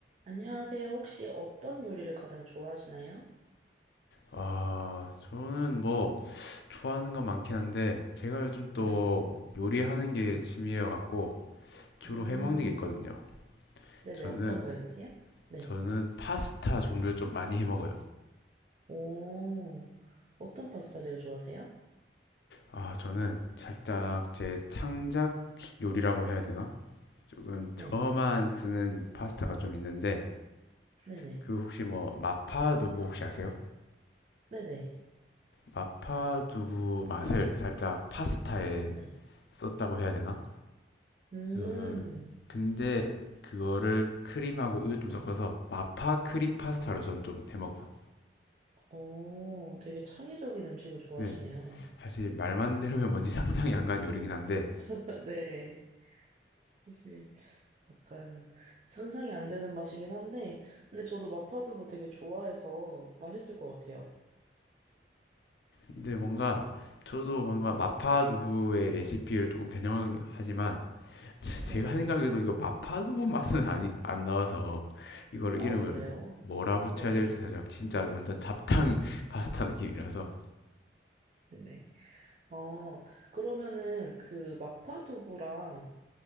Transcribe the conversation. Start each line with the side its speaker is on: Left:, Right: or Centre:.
Right: 안녕하세요. 혹시 어떤 요리를 가장 좋아하시나요?
Left: 아, 저는 뭐 좋아하는 거 많긴 한데 제가 요즘 또
Right: 네.
Left: 요리하는 게 취미여 갖고 주로
Right: 음,
Left: 해 먹는 게 있거든요.
Right: 네네.
Left: 저는
Right: 어떤 거해 드세요? 네.
Left: 저는 파스타 종류를 좀 많이 해 먹어요.
Right: 오, 어떤 파스타 제일 좋아하세요?
Left: 아, 저는 살짝 제 창작 요리라고 해야 되나? 조금 저만
Right: 네.
Left: 쓰는 파스타가 좀 있는데
Right: 네네.
Left: 그 혹시 뭐 마파 두부 혹시 아세요?
Right: 네네. 네.
Left: 마파 두부 맛을 살짝 파스타에
Right: 네.
Left: 썼다고 해야 되나?
Right: 네. 음,
Left: 그 근데 그거를 크림하고 우유 좀
Right: 네.
Left: 섞어서 마파 크림 파스타로 전 좀 해 먹어요.
Right: 오, 되게 창의적인 음식을 좋아하시네요.
Left: 네, 사실 말만 들으면 뭔지 <laughs> 상상이 안 가는 요리긴 한데,
Right: <laughs> 네. 사실 약간 상상이 안 되는 맛이긴 한데, 근데 저도 마파두부 되게 좋아해서 맛있을 것 같아요.
Left: 근데 뭔가 저도 뭔가
Right: 네.
Left: 마파 두부의 레시피를 조금 변형하지만 <laughs>
Right: 네.
Left: 제가 생각해도 이거 마파 두부 맛은 아니 안 나와서 이걸
Right: 아,
Left: 이름을
Right: 그래요?
Left: 뭐라 붙여야
Right: 네네.
Left: 될지 사실 진짜 완전 잡탕 <laughs> 파스타 느낌이라서
Right: 네네. 어, 그러면은 그 마파두부랑